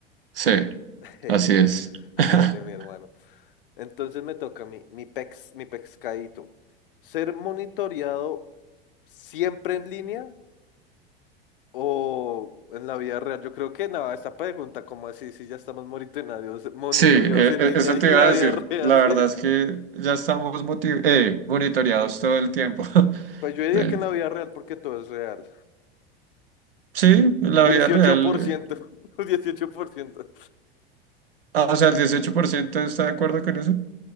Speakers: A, on the right; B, on the left.
A: Sí,
B: <laughs>
A: así es.
B: Hágale,
A: <laughs>
B: mi hermano. Entonces me toca mi, mi pex, mi pescadito. ¿Ser monitoreado siempre en línea o en la vida real? Yo creo que nada, esta pregunta, como así, si ya estamos monitoreados, monitoreados
A: Sí, e-
B: en
A: e-
B: línea
A: eso
B: y
A: te
B: en
A: iba
B: la
A: a
B: vida
A: decir.
B: real.
A: La verdad
B: sí.
A: es que ya estamos motiv- eh, monitoreados todo el tiempo. <laughs>
B: Pues yo diría
A: De-
B: que en la vida real porque todo es real.
A: sí, la
B: Dieciocho
A: vida real.
B: dieciocho por ciento
A: eh,
B: <laughs> 18%.
A: ah, o sea, el 18% está de acuerdo con eso.